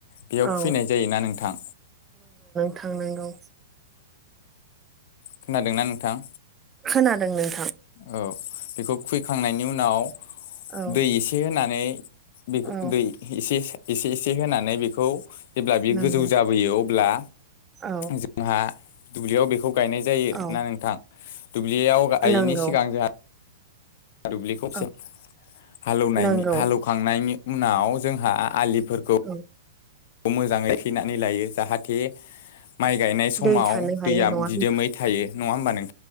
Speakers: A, on the left; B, on the right.
A: बेयाव
B: औ
A: खुबैनाय जायोना नोंथां
B: थांनांगौ
A: खोनादोंना नोंथां?
B: खोनादों नों
A: औ बेखौ खुैखांनायनि उनाव
B: औ
A: दै एसे होनानै बेखौ
B: औ
A: दै एसे एसे एसे होनानै बेखौ जेब्ला बियो
B: नंगौ
A: गोजौ जाबोयो अब्ला
B: औ
A: जोंहा दुब्लियाव बेखौ गायनाय जायो
B: औ
A: ना नोंथां दुब्लियाव गायैनि
B: नंगौ
A: सिगां जोंहा दुब्लि खबसे
B: औ
A: हालौनायनि
B: नंगौ
A: हालौखांनायनि उनाव जोंहा आलि फोरखौ
B: औ
A: खौ मोजाङै थैनानै लायो जाहाथे माइ गायनाय समाव
B: दै थानो हायो
A: दैया
B: नङा
A: दिदोमै
B: होमबा
A: थायो नङा होमबा नों